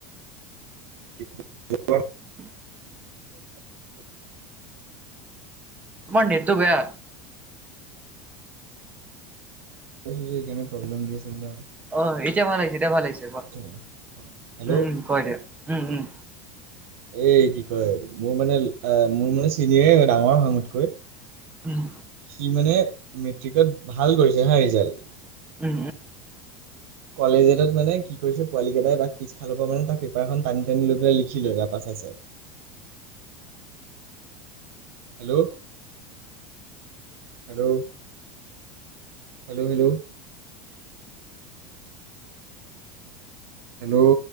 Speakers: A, on the right; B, on the right.
A: <unintelligible>
B: উম। তোমাৰ নেটতো বেয়া।
A: সকাৰে প্ৰব্লেম দি আছে বোলে।
B: অহ', এতিয়া ভাল আহিছে, এতিয়া ভাল আহিছে ক'
A: মই হেল্ল'
B: উমঁ-উমঁ ক' এতিয়া উম-উম।
A: এই কি কয় মোৰ মানে মোৰ মানে চিনিয়ৰে ডাঙৰ হয় মোতকৈ।
B: উম।
A: সি মানে মেট্ৰিকত ভাল কৰিছে হাঁ ৰিজাল্ট।
B: উম-উম।
A: কলেজ- পিছত মানে কি কৰিছে পোৱালি কেইটাই তাক পিছফালৰ পৰা মানে পেপাৰখন টানি-টানি লৈ পেলাই লিখিলে তাপা চাই-চাই। Hello, hello. হেল্ল'-হেল্ল'। হেল্ল'।